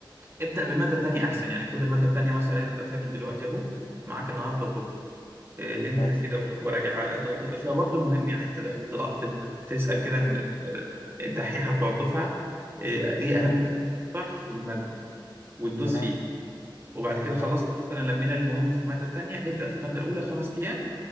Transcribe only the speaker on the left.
ماشي
تمام
تمام
تمام